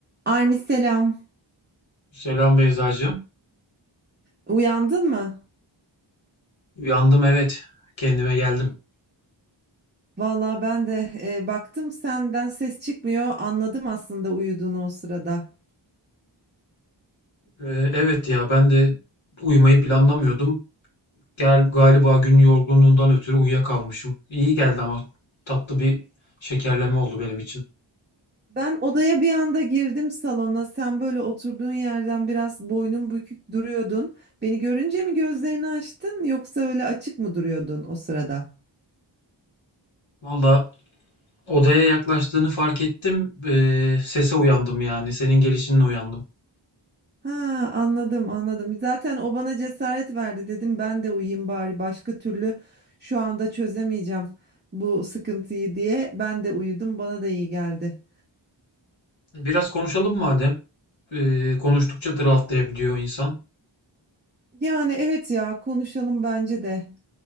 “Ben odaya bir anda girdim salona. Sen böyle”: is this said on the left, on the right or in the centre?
Right